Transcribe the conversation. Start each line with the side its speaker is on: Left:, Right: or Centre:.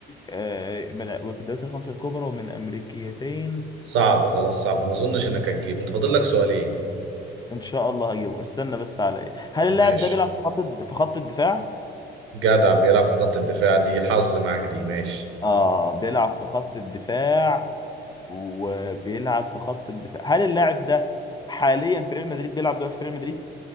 Left: آه، ملا- وفي الدوريات الخمسة الكبرى ومن أمريكيتين
Right: صعب خلاص صعب ما اظنش انك هتجيب انت فاضل لك سؤالين
Left: إن شاء الله هجيبه استنى بس على إيه؟ هل اللاعب
Right: ماشي
Left: ده بيلعب في خط الد- في خط الدفاع؟
Right: جدع بيلعب في خط الدفاع دي حظ معاك دي ماشي
Left: آه بيلعب في خط الدفاع وبيلعب في خط الدفاع هل اللاعب ده حاليا في ريال مدريد بيلعب دلوقتي في ريال مدريد؟